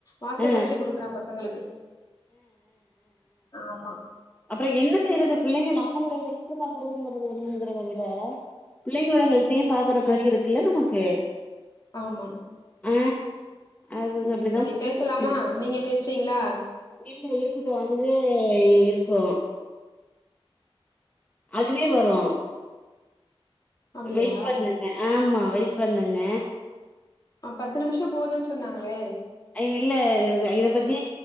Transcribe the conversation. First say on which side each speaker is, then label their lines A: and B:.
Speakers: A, on the left; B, on the left.
A: வாசல்ல
B: அ அ
A: வச்சு குடுக்குற பசங்களுக்கு ஆமா
B: அப்புறம் என்ன செய்றது பிள்ளைகள் நம்மளுடைய ஹெல்த்து பாக்கறதுங்கறது ஒண்ணுங்கிறத விட பிள்ளைங்களோட ஹெல்த்தையும் பாக்குற மாரி இருக்குல்ல நமக்கு
A: ஆமா
B: ஆ அது அது
A: ம்
B: அப்டிதா
A: சரி
B: போயிட்டு
A: பேசலாமா
B: இருக்கு
A: நீங்க பேசுறீங்ளா
B: இல்ல இருக்கட்டு அதுவே இருக்கும் அதுவே வரும்
A: அப்டியா
B: வெயிட் பண்ணுங்க ஆமா வெயிட் பண்ணுங்க
A: ஆ பத்து நிமிஷம் போதும்ன்னு சொன்னாங்களே
B: ஐ இல்ல இத பத்தி